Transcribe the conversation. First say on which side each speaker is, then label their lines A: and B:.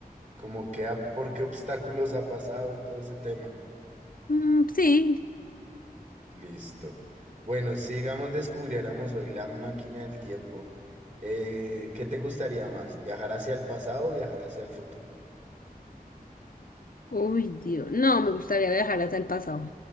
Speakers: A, on the right; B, on the left.
A: como que ha- por qué obstáculos ha pasado y todo ese tema.
B: Mm, sí.
A: Listo. Bueno, sigamos, descubriéramos hoy la máquina del tiempo. eh, ¿qué te gustaría más? ¿Viajar hacia el pasado o viajar hacia el futuro?
B: Uy, Dios. No, me gustaría viajar hacia el pasado.